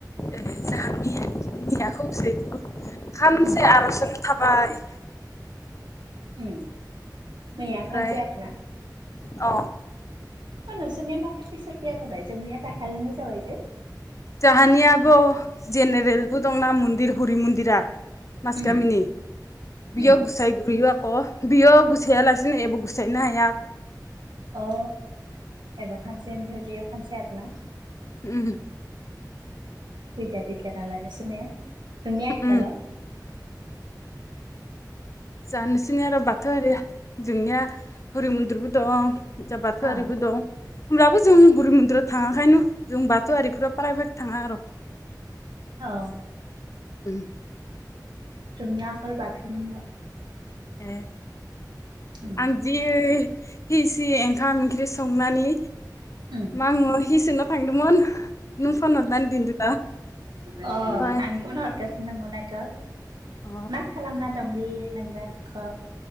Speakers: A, on the left; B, on the right.
A: ए जाहाया <unintelligible> खौसे फानसे
B: ओम
A: आर'जानो थाब बाय
B: उम मैया
A: बेनिफ्राय
B: खानसे आरो ना
A: अ
B: ओ नोसोरनिया मारै फिस' थिया जाबाय जोंनिया दाखालिनो जाबाय जे?
A: जोहानियाब' जेनेरेलबो दंना मन्दिर हुरि मन्दिरा। मास
B: ओम
A: गामनि बिय'
B: ओम
A: गुसाय गुरयो आख बिय' गुसाया लासिनो एबो गुसायनो हाया।
B: अ एबा खानसे ओमफ्राय बेयो खानसे आरो ना।
A: उम।
B: खेता खेता ताला नोसरनिया? जोंनिया ए
A: उम
B: तालाव।
A: जा नोसिनि आरो बाथौआरिया जोंनिया हरि मुनद्रिबो दं। जा बाथौआरिबो
B: अ
A: दं। होमब्लाबो जों हरि मन्दिराव थाङाखायनो जों बाथौआरिफोरा फ्रायभाग थाङा आर'।
B: औ।
A: उम।
B: जोंनिया आखल बाथुनिल'।
A: ए
B: ओम
A: आं जि हिसि ओंखाम ओंख्रि संनानि
B: उम
A: मा बुङ' हिसोन' थांदुमन। नों फन हरनानि दिनदो दा
B: ओ अ
A: ओमफाय
B: आं फन हरगासिनो दंमोन आगो
A: अ।
B: मा खालामना दंबि नोंदां नोंख'